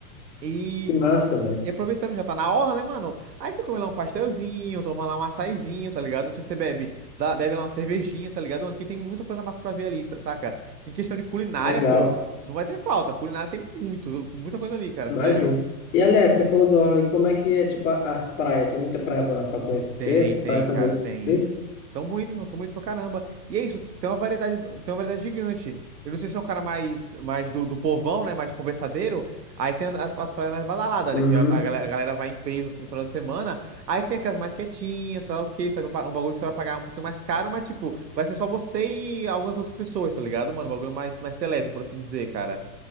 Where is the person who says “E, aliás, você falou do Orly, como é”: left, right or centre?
Left